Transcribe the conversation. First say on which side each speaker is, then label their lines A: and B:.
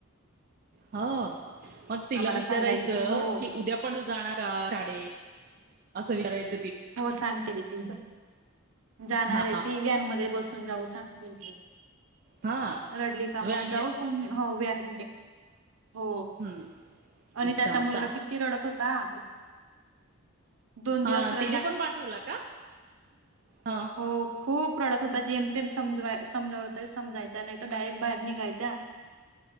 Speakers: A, on the right; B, on the right.
A: हो मग तिला
B: आम्हाला
A: विचारायचं
B: सांगायची हो
A: की उद्या पण जाणार का शाडे असं विचारायच
B: हो सांगते ग ती जाणार
A: हा
B: आहे ती व्ह्यान मध्ये बसून होऊन जाऊ सांग की
A: हा
B: रडली का
A: व
B: मग
A: आणि
B: जाऊन हो वेळ हो
A: हम्म
B: आणि
A: अच्छा
B: त्याचा मुलगा
A: चा
B: किती रडत होत चा दोन दिवस
A: हा
B: <unintelligible>
A: तिने पण पाठवला का ह
B: खूप रडत होता जेम तेम समज समजवलं तरी समजायचा नाही तो डायरेक्ट बाहेर निघायचा